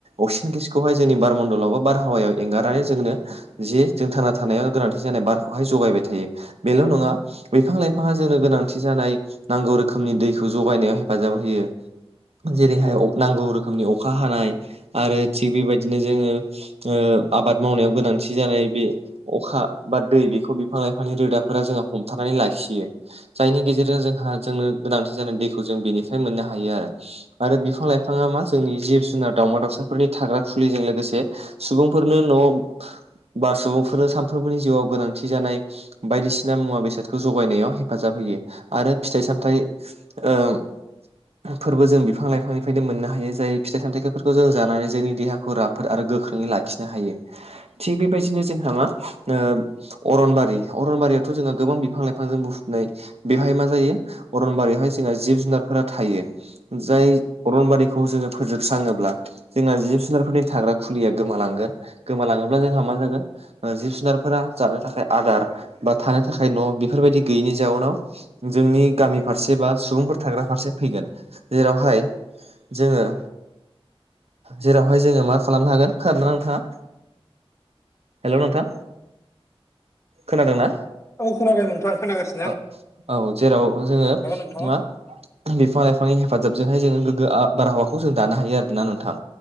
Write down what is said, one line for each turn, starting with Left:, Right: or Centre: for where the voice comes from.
Right: अक्सिन गेसखौहाय जोंनि बारमण्डलाव बा बारहावायाव एंगारनानै जोंनो जे जों थांना थानायाव गोनांथि जानाय बारखौहाय जगायबाय थायो बेल' नङा बिफां लाइफाङा जोंनो गोनांथि खि जानाय नांगौ रोखोमनि दैखौ जगायनायाव हेफाजाब होयो जेरैहाय नांगौ रोखोमनि अखा हानाय आरो थिग बेबायदिनो जोङो आबाद मावनायाव गोनांथि जानाय बे अखा बा दै बेखौ बिफां लाइफांनि रोदाफोरा जोंहा हमथानानै लाखियो जायनि गेजेरजों जोंहा जोंनो गोनांथि जानाय दैखौ जों बेनिफ्राय मोननो हायो आरो आरो बिफां लाइफाङा मा जोंनि जिब जुनार दाउमा दाउसाफोरनि थाग्रा खुलिजों लोगोसे सुबुंफोरनो न' बा सुबुंफोरनो सानफ्रोमबोनि जिउआव गोनांथि जानाय बायदिसिना मुवा बेसादखौ जगायनायाव हेफाजाब दाफैयो आरो फिथाइ सामथाइ ओम फोरबो जों बिफां लाइफांनिफ्रायनो मोननो हायो जाय फिथाइ सामथायाइफोरखौ जों जानानै जोंनि देहाखौ खौ राफोद आरो गोख्रोङै लाखिनो हायो थिग बेबायदिनो जोंहा मा अरनबारि अरनबारियावथ' जोङो गोबां बिफां लाइफांजों बु नाय बेवहाय मा जायो अरनबारियावहाय जोंहा जिब जुनारफोरा थायो जाय अरनबारिखौ जोङो फोजोबस्राङोब्ला जोंना जिब जुनारफोरनि थाग्रा खुलिया गोमालांगोन गोमालाङोब्ला जोंहा मा जागोन जिब जुनारफोरा जानो थाखाय आदार बा थानो थाखाय न' बेफोरबायदि गैयिनि जाउनाव जोंनि गामि फारसे बा सुबुंफोर थाग्रा फारसे फैगोन जेरावहाय जोङो जेरावहाय जोङो मा खालामनो हागोन खोना नोंथाङा हेलौ नोंथां खोनादोंना
Left: औ खोनादों नोंथा खोनासि
Right: ओ औ जेराव जोङो
Left: नोंथाङा
Right: मा बिफां लाइफांनि हेफाजाबजोंहाय जोङो गोग्गो बारहावाखौ जों दानो हायो आर ना नोंथां